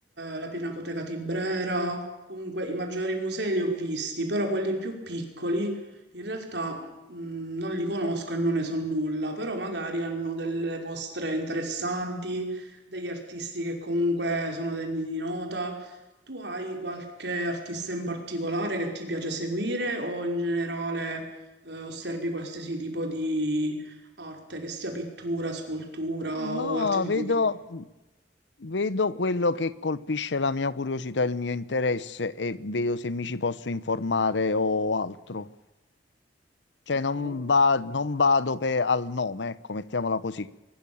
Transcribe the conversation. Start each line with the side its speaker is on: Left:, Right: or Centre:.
Right: la Pinacoteca Tibrera, comunque i maggiori musei li ho visti, però quelli più piccoli in realtà mh, non li conosco e non ne so nulla, però magari hanno delle mostre interessanti, degli artisti che comunque sono degni di nota. Tu hai qualche artista in particolare che ti piace seguire o in generale eh, osservi qualsiasi tipo di arte, che sia pittura, scultura
Left: No,
Right: o altri tipi
Left: vedo,
Right: di arte?
Left: vedo quello che colpisce la mia curiosità, e il mio interesse e vedo se mi ci posso informare o altro. Cioè,
Right: Ok.
Left: non va, non vado per, al nome, ecco, mettiamola così.